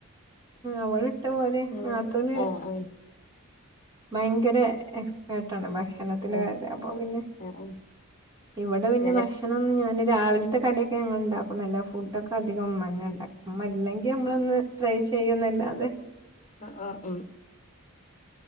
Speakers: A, on the right (about 20°); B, on the left (about 30°).
A: അവൾ ഇട്ട പോലെ
B: ആഹ്
A: നാത്തൂന്
B: ആഹ്
A: ഭയങ്കര എക്സ്പേട്ടാണ് <unintelligible> പിന്നെ
B: ആഹ് ആഹ് ആഹ്
A: ഇവിടെ പിന്നെ
B: ഞാന്
A: ഭക്ഷണംന്നും ഞാന് രാവിലത്തെ കടിയൊക്കെ ഞങ്ങൾ ഇണ്ടാക്കും അല്ല ഫുഡ്‌ ഒക്കെ അധികം ഉമ്മ തന്നെയാ ഉണ്ടാ ഉമ്മ ഇല്ലെങ്കിൽ നമ്മൾ ഒന്ന് ട്രൈ ചെയ്യുന്നല്ലാതെ
B: അ ആ ഉം